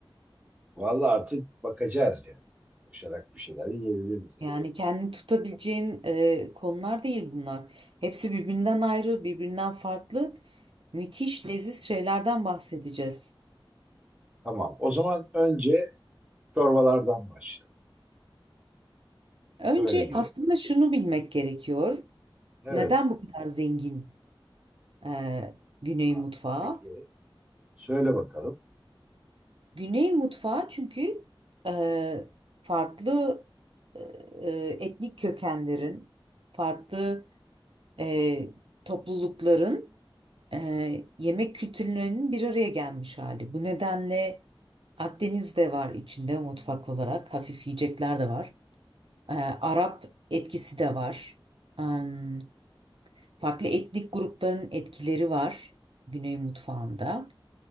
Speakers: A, on the right; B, on the right.
A: Vallahi artık bakacağız yani. Koşarak bir şeyler yiyebiliriz. yani.
B: Yani kendini tutabileceğin e, konular değil bunlar. Hepsi birbirinden ayrı, birbirinden farklı. Müthiş, leziz şeylerden bahsedeceğiz.
A: Tamam. O zaman önce çorbalardan başlayalım.
B: Önce
A: Böyle girelim.
B: aslında şunu bilmek gerekiyor.
A: Evet.
B: Neden bu kadar zengin e, Güney
A: Ha,
B: mutfağı?
A: peki. Söyle bakalım.
B: Güney mutfağı çünkü e, farklı e, e, etnik kökenlerin, farklı e, toplulukların e, yemek kültürlerinin bir araya gelmiş hali. Bu nedenle Akdeniz de var içinde mutfak olarak. Hafif yiyecekler de var. E, Arap etkisi de var. Em, farklı etnik grupların etkileri var Güney mutfağında.